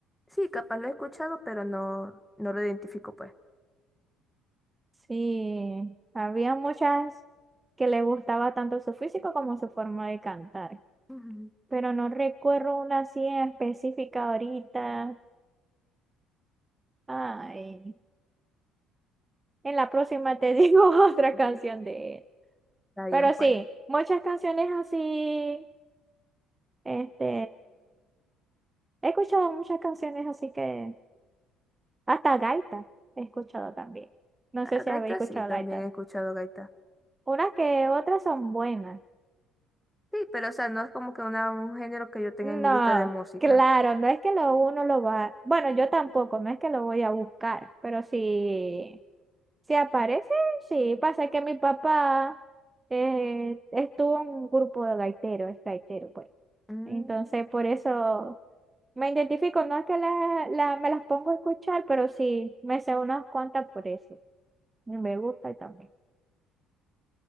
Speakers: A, in the centre; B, on the right.
A: Sí, capaz lo he escuchado, pero no, no lo identifico, pues.
B: Sí, había muchas que le gustaba tanto su físico como su forma de cantar,
A: Ujú,
B: pero no recuerdo una así en específica ahorita. Ay, en la próxima te <laughs> digo otra
A: ujú.
B: canción de él.
A: Está bien,
B: Pero
A: pues.
B: sí, muchas canciones así, este, he escuchado muchas canciones así que, hasta gaita he escuchado también. No
A: Ah,
B: sé si
A: gaita
B: habéis escuchado
A: sí, también
B: gaita.
A: he escuchado gaita.
B: Unas que otras son buenas.
A: Sí, pero o sea, no es como que una, un género que yo tenga
B: No,
A: en mi lista de música.
B: claro, no es que lo uno lo va, bueno, yo tampoco, no es que lo voy a buscar, pero si, si aparece, sí, pasa que mi papá eh, estuvo en un grupo de gaiteros, es gaitero, pues.
A: Mm,
B: Entonces, por eso me identifico, no es que la, la- me las pongo a escuchar, pero sí, me sé unas cuantas por eso. y Me gusta también,